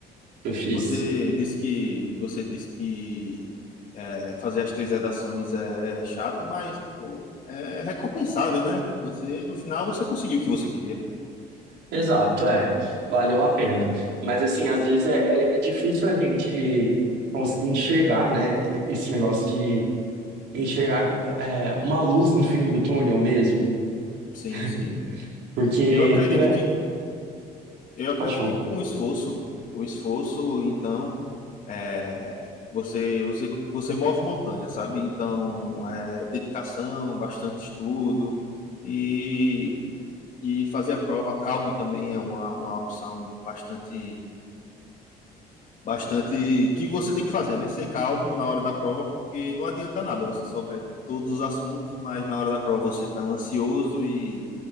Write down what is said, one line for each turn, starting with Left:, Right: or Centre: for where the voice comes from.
Right: que eu fiz.
Left: Você disse que você disse que é, fazer as três redações é, é chato, mas pô, é recompensável, né? Você no final você conseguiu o que você queria.
Right: Exato, é. Valeu a pena. Mas, assim, às vezes é, é, é difícil a gente conseguir enxergar, né? Esse negócio de enxergar é, uma luz no fim do túnel mesmo.
Left: Sim,
Right: <laughs>
Left: sim.
Right: Porque,
Left: Eu acredito
Right: queira,
Left: que eu acredito
Right: pode falar.
Left: que com o esforço, o esforço, então, é, você você você move montanha, sabe? Então, é dedicação, bastante estudo e e fazer a prova calmo também é uma, uma opção bastante bastante que você tem que fazer, né? Ser calmo na hora da prova, porque não adianta nada você souber todos os assuntos, mas na hora da prova você tá ansioso e,